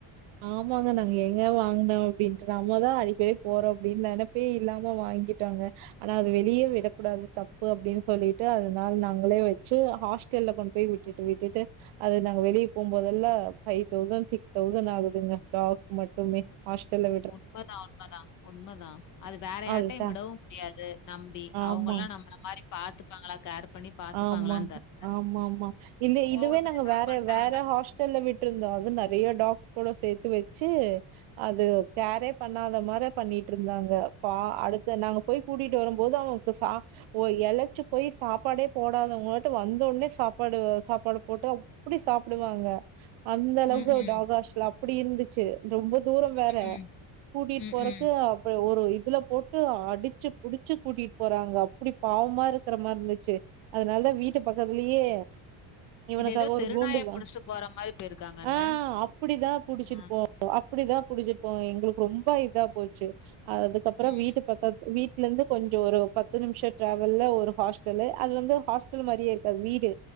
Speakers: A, on the right; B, on the left.
A: ஆமாங்க நாங்க ஏங்க வாங்ன அப்டின்ட்டு நம்மதா அடிக்கடி போறோ அப்படின் நெனப் பே இல்லாம வாங்கிட்டாங்க ஆனா அது வெளியே விடக்கூடாது தப்பு அப்டின்னு சொல்லிட்டு அதனால நாங்களே வச்சு ஹாஸ்டல்ல கொண்டு போய் விட் விட்டு விட்டுட்டு அது நாங்க வெளிய போ போதெல்லா ஃபைவ் தௌசண்ட் சிக்ஸ் தௌசண்ட் ஆகுது சின்ன டாக் மட்டுமே ஹாஸ்டல்லு
B: உண்மதா உண்மதா உண்மதா அது வேற யார்டயு
A: அதுதான்.
B: விடவு முடியாது நம்பி
A: ஆமா.
B: அவுங்ளா நம்மள மாரி பாத்துப்பாங்ளா கேர் பண்ணி பார்த்துப்பாங்களான்னு
A: ஆமா
B: தெர்
A: ஆமா ஆமாமா இல்ல
B: கோவத்துல
A: இதுவே நாங்க
B: ஏதாவது
A: வேற
B: பட்டாங்கன்னா
A: வேற ஹாஸ் ஹாஸ்டல்ல விட்டு இருந்த அது நறைய டாக்ஸ் கூட சேத்து வச்சி அது கேரே பண்ணாத மாரி பண்ணிட்டு இருந்தாங்க பா அடு இத நாங்க போய் கூட்டிட்டு வரும் போது அவுங்க சாப் எலச்சி போய் சாப்பாடே போடாதவங்களட்டு வந்த உடனே சாப்பாடு சாப்பாடு போட்டு அப்டி சாப்புடுவாங்க அந்த அளவு
B: ம். ம்.
A: டாக் ஹாஸ்டல் அப்டி இருந்துச்சு ரொம்ப தூர வே ற
B: ம்.
A: கூட்டிட்டு
B: ம்.
A: போறக்கு
B: ம்.
A: ஒரு இதுல போட்டு அடிச்சி புடிச்சி கூட்டிட்டு போறாங்க அப்டி பாவமா இருக்கிற மாரி இருந்துச்சு அதனால வீட்டு பக்கத்துலயே இவனுக்காக
B: இது ஏதோ
A: ஒரு
B: தெருநாய
A: கூண்டுவா
B: புடிச்சிட்டு போற மாரி போயிருக்காங்கண்ண.
A: ஆ அப்டிதா புடிச்சிருப்போ
B: ஆ.
A: அப்டிதா புடிச்சுட்போவாங் எங்களுக்கு ரொம்ப இதா போச்சு அதுக்கப்றோ
B: ம்.
A: வீட்டு பக்க வீட்ல இருந்து கொஞ்ச ஒரு பத்து நிமிஷம் டிராவல்லு ஒரு ஹாஸ்டலு அது வந்து ஹாஸ்டல் மாரியே இருக்காது வீடு